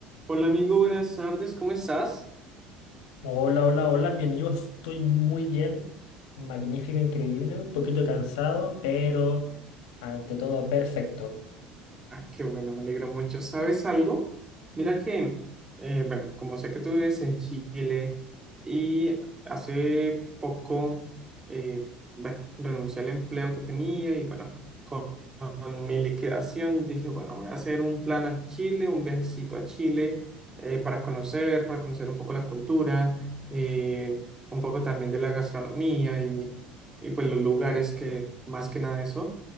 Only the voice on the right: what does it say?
Hola amigo, buenas tardes, ¿cómo estás?
Ah, qué bueno, me alegra mucho. ¿Sabes algo? Mira que, eh, bueno, como sé que tú vives en Chile y hace poco, eh, bueno, renuncié al empleo que tenía y bueno, con, con mi liquidación dije, bueno, voy a hacer un plan a Chile, un viajecito a Chile eh, para conocer, para conocer un poco la cultura, eh, un poco también de la gastronomía y, y pues los lugares que, más que nada eso.